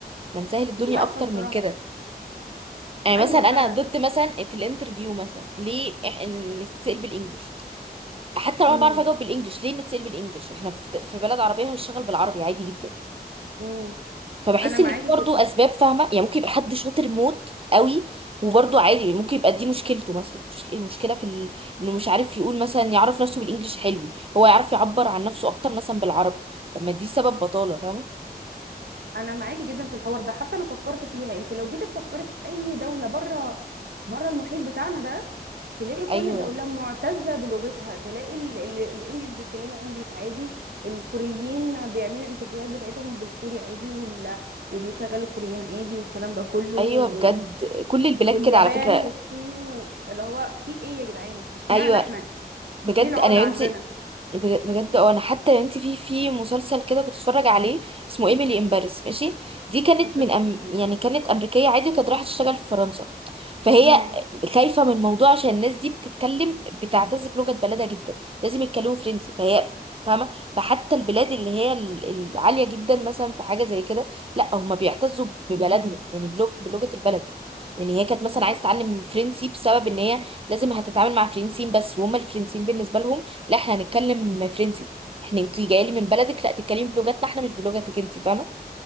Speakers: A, on the right; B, on the right.
A: ما نسهل الدنيا
B: مش عارفه
A: اكتر
B: الصراحه
A: من كده يعني
B: ايوه
A: مثلا انا
B: فعلا
A: ضد مثلا في الانترفيو مثلا ليه إح- إن نتسال بالانجليش حتى لو
B: امم
A: انا بعرف اجاوب بالانجليش ليه نتسال بالانجليش احنا في في بلد عربيه هنشتغل بالعربي عادي جدا
B: امم
A: فبحس
B: انا معاكي
A: ان دي برضو
B: جدا
A: اسباب فاهمه يعني ممكن يبقى حد شاطر موت قوي وبرضو عادي ممكن يبقى دي مشكلته مثلا مش- المشكله في ال... انه مش عارف يقول مثلا يعرف نفسه بالانجليش حلو هو يعرف يعبر عن نفسه اكتر مثلا بالعربي طب ما دي سبب بطاله فاهمه
B: انا معاكي جدا في الحوار ده حتى انا فكرت فيها انت لو جيتي تفكري في اي دوله بره بره المحيط بتاعنا ده تلاقي كل
A: ايوه
B: دوله
A: يعني،
B: معتزه بلغتها تلاقي ال- ال- الانجليش بيتكلموا انجليش عادي الكوريين بيعملوا الانترفيوهات بتاعتهم بالكوري عادي وال... وبيشغلوا الكوريين عادي والكلام ده كله
A: ايوه
B: و...
A: بجد كل البلاد
B: واليابان
A: كده على فكره
B: والصين و... اللي هو في ايه يا جدعان اشمعنى
A: ايوه
B: احنا
A: بجد
B: ليه العقدة
A: انا يا
B: عندنا
A: بنتي بج- بجد اه انا حتى انت في في مسلسل كده كنت اتفرج عليه اسمه ايميلي ان باريس ماشي دي كانت
B: اوكي
A: من أم يعني كانت امريكيه عادي كانت رايحه تشتغل في فرنسا فهي
B: امم
A: خايفه من الموضوع عشان الناس دي بتتكلم بتعتز بلغه بلدها جدا لازم يتكلموا فرنسي فهي فاهمه فحتى البلاد اللي هي ال- العاليه جدا مثلا في حاجه زي كده لا هم بيعتزوا ببلدنا يعني بلغ بلغه البلد يعني هي كانت
B: بالظبط
A: مثلا عايزه تتعلم فرنسي بسبب ان هي لازم هتتعامل مع فرنسيين بس وهم الفرنسيين بالنسبه لهم لا احنا هنتكلم فرنسي احنا انتي جايه لي من بلدك لا تتكلمي بلغتنا احنا مش بلغتك انتي فاهمه